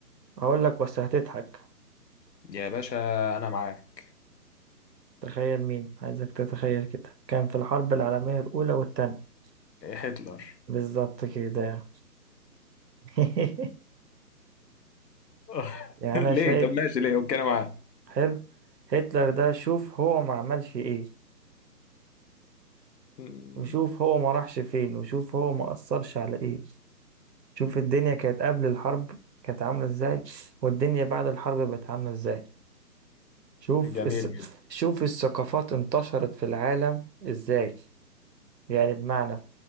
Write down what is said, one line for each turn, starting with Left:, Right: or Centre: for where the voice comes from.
Right: هقول لك بس هتضحك
Left: يا باشا انا معاك
Right: تخيل مين عايزك تتخيل كده كان في الحرب العالمية الاولى والتانية
Left: إيه هتلر
Right: بالظبط كده <laughs>
Left: <laughs>
Right: يعني
Left: ليه
Right: انا شايف
Left: طب ماشي ليه اوكي انا معاك
Right: حلو هتلر ده شوف هو ما عملش ايه
Left: <laughs>
Right: وشوف هو ما راحش فين وشوف هو ما اثرش على ايه شوف الدنيا كانت قبل الحرب كانت عاملة ازاي والدنيا بعد الحرب بقت عاملة ازاي شوف
Left: جميل
Right: الس... شوف الثقافات انتشرت في العالم ازاي يعني بمعنى